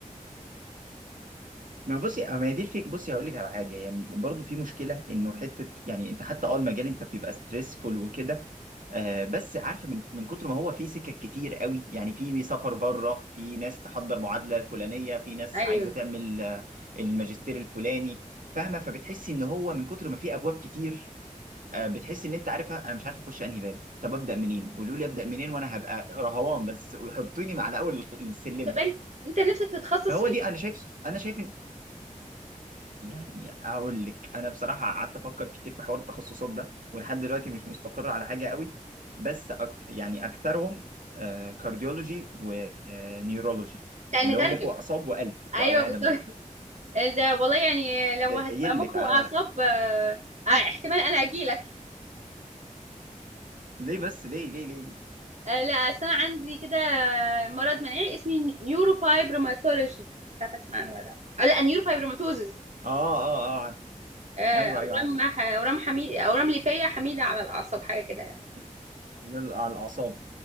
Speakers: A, on the right; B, on the right.
A: ما بصي آه، ما هي دي الفكرة بصي هقول لك على حاجة يعني برضه في مشكلة انه حتة يعني انت حتى اه المجال انت بيبقى ستريسفول وكده آه، بس عارفه من من كتر ما هو في سكك كتير قوي يعني في سفر بره في ناس تحضر معادله الفلانيه في ناس
B: ايوه
A: عايزه تعمل آه، الماجستير الفلاني فاهمه فبتحسي ان هو من كتر ما في ابواب كتير آه، بتحسي ان انت عارفه انا مش عارفه اخش انهي باب طب ابدا منين قولوا لي ابدا منين وانا هبقى رهوان بس وحطوني على اول الخ- السلمه
B: طب انت انت نفسك تتخصص
A: فهو
B: في
A: دي
B: ايه؟
A: انا شايف انا شايف يعني اقول لك انا بصراحه قعدت افكر كتير في حوار التخصصات ده ولحد دلوقتي مش مستقر على حاجه قوي بس أك يعني اكثرهم كارديولوجي ونيورولوجي
B: لان
A: اللي
B: ترجمه
A: هو مخ واعصاب وقلب
B: ايوه
A: واوعيه
B: بالظبط
A: دمويه
B: ده والله يعني لو
A: جاي
B: هتبقى
A: لك
B: مخ
A: على
B: واعصاب آه، آه، احتمال انا اجيلك
A: ليه بس ليه ليه ليه ليه
B: آه، لا أصل انا عندي كده مرض مناعي اسمه نيورو فايبروماتولوجي مش عارفه اسمع عنه ولا لا آه، لا نيورو فايبروماتوزز
A: اه اه اه عارف
B: اورام
A: ايوه ايوه عارف
B: ح- اورام حميد اورام ليفيه حميده على الاعصاب حاجه كده يعني.
A: على ال- على الاعصاب